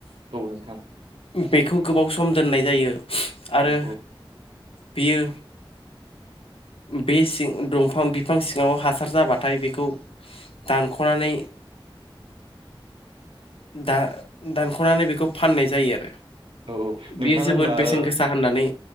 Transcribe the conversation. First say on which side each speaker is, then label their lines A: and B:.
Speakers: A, on the right (about 80°); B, on the left (about 80°).
A: औ नोंथां
B: बेखौ गोबाव सम दोननाय जायो आरो
A: औ औ।
B: बियो बे सिं दंफां बिफां सिङाव हासार जाबाथाय बेखौ दानख'नानै
A: <inaudible>
B: दा दानख'नानै बेखौ फाननाय जायो।
A: औ औ नोंथां
B: बियो
A: होनबा
B: जोबोद बेसेन
A: ओ
B: गोसा होननानै